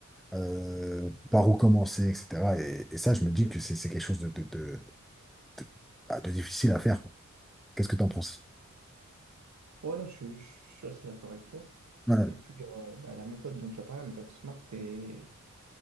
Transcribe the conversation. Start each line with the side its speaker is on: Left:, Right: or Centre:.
Centre: euh, par où commencer, etc. Et, et ça, je me dis que c'est c'est quelque chose de, de, de, de- bah, de difficile à faire. quoi. Qu'est-ce que tu en penses?
Right: Ouais, non, je, suis je suis assez d'accord avec toi.
Centre: Ouais.
Right: Et puis, euh, bah, la méthode dont tu as parlé, la méthode SMART, est,